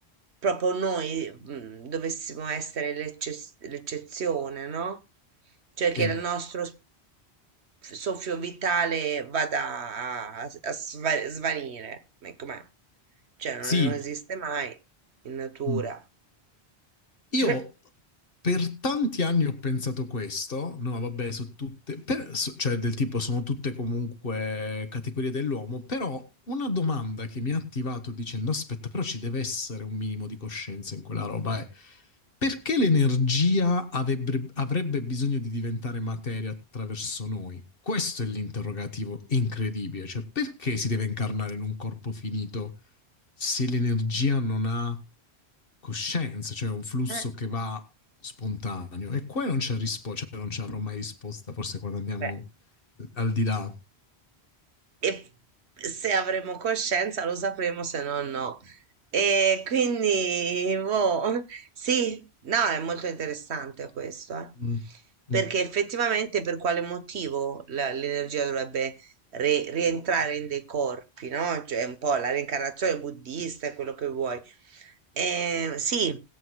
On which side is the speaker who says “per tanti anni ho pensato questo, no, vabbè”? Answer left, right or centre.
Left